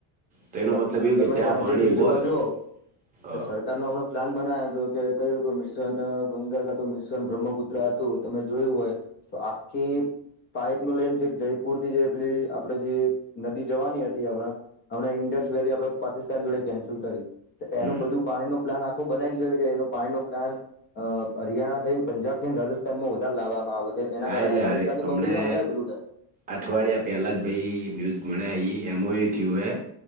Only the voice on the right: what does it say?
તો
એનો મતલબ
એવું
કે ત્યાં
પાણી હોય
અ
હમ
હા
એટલે
હારે હમણે
અઠવાડિયા પહેલા જ ભાઈ ન્યૂઝ મળ્યા હ એમોય થયું હે